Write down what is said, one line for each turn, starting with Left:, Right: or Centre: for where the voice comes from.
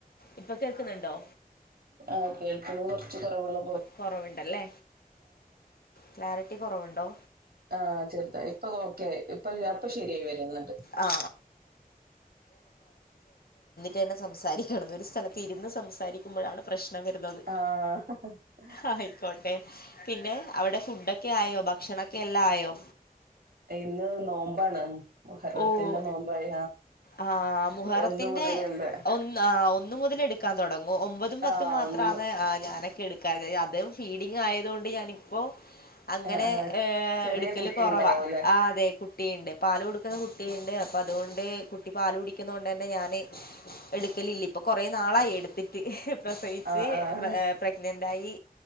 Left: ഇപ്പൊ കേക്ക്ന്ന്ണ്ടോ
Right: ആ കേൾക്ക്ന്നെ കൊർച്ച് കൊറവ്ള്ള
Left: കൊറവ്ണ്ടല്ലേ ക്ലാരിറ്റി കൊറവ്ണ്ടോ
Right: ആഹ് ചെറ്തായി ഇപ്പൊ ഓക്കായി ഇപ്പൊ ആ പ്പൊ ശരിയായി വര്ന്ന്ണ്ട്
Left: ആ തന്നെ സംസാരിക്കണം ഒരു സ്ഥലത്ത് ഇരുന്ന് സംസാരിക്കുമ്പോഴാണ് പ്രശ്നം വരുന്നത്
Right: ആഹ
Left: ആയിക്കോട്ടെ പിന്നെ അവിടെ ഫുഡൊക്കെ ആയോ ഭക്ഷണൊക്കെ എല്ലാം ആയോ
Right: ഇന്ന് നോമ്പാണ് മുഹറത്തിന്റെ
Left: ഓ
Right: നോമ്പായ
Left: ആ മുഹറത്തിന്റെ
Right: ഒന്ന് മുതലുണ്ട്
Left: ഒന്ന് ആ ഒന്ന് മുതൽ എടുക്കാൻ തുടങ്ങ ഒമ്പതും പത്തും
Right: ആഹ്
Left: മാത്രാനൊക്കെ
Right: ഒന്ന് മു
Left: എ അതും ഫീഡിങ് ആയതുക കൊണ്ട് ഞാനിപ്പോ അങ്ങനെ
Right: ആഹ് ആഹ്
Left: ഏ
Right: ചെറിയ
Left: എടുക്കല്
Right: കുട്ടി
Left: കുറവാ
Right: ഉണ്ടാവൂല്ലേ
Left: ആ അതെ കുട്ടിയണ്ട് പ പുന്ന കുട്ടിയുടെ <unintelligible> അപ്പ അതുകൊണ്ട് കുട്ടി പാാല കുടിക്കുന്നത് കൊണ്ട് തന്നെ ഞാന് എടുക്കലില്ല ഇപ്പൊ കുറെേ നാളായി എടുത്തിട്ട് പ്രസവിച്ച്
Right: ആഹ് ആഹ്
Left: പ്രഗ്നന്റ് ആായി